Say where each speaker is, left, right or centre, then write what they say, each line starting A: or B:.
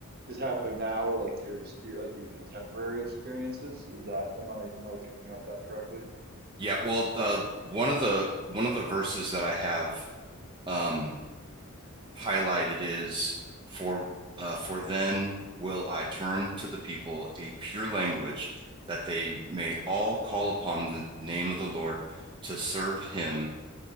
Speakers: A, on the right; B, on the right.
A: is happening now or like your experience like your contemporary experiences. Is that am I am I picking up that correctly?
B: Yeah, well, uh, one of the one of the verses that I have um, highlighted is for uh, for then will I turn to the people a pure language that they may all call upon the name of the Lord to serve him